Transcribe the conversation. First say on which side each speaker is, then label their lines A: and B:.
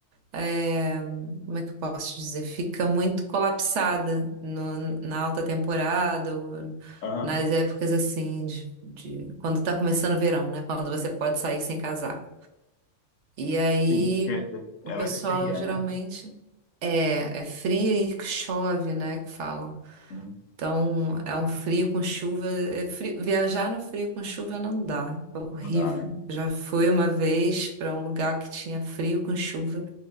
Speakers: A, on the right; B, on the left.
A: é, como é que eu posso dizer? Fica muito colapsada no- na alta temporada ou
B: Aham.
A: nas épocas assim de, de- quando tá começando o verão, né? Quando você pode sair sem casaco. E aí
B: Sim, porque de-
A: o
B: ela
A: pessoal
B: é fria,
A: geralmente
B: né?
A: é, é fria e que chove, né? Que falam.
B: Hum,
A: Então, é um frio com chuva. é frio- Viajar no frio com chuva não dá, é horrível.
B: Não dá, né?
A: Já fui uma vez para um lugar que tinha frio com chuva.